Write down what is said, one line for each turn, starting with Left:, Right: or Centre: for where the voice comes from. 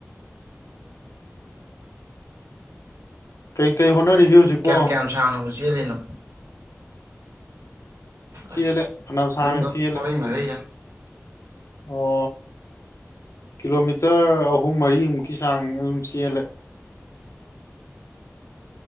Left: ꯀꯩ ꯀꯩ ꯍꯣꯠꯅꯔꯤꯒꯦ ꯍꯧꯖꯤꯛꯄꯣ
Right: ꯀꯌꯥꯝ ꯀꯌꯥꯝ ꯁꯥꯡꯅꯕꯨ ꯆꯦꯜꯂꯤꯅꯣ
Left: ꯆꯦꯜꯂꯦ
Right: ꯑꯁ
Left: ꯐꯅ ꯁꯥꯥꯡꯅ
Right: ꯌꯨꯝꯗ
Left: ꯆꯦꯜꯂꯦ
Right: ꯃꯔꯩ ꯃꯔꯩꯗ
Left: ꯑꯣ ꯀꯤꯂꯣꯃꯤꯇꯔ ꯑꯍꯨꯝ ꯃꯔꯤ ꯒꯤ ꯆꯥꯡ ꯑꯗꯨꯝ ꯆꯦꯜꯂꯦ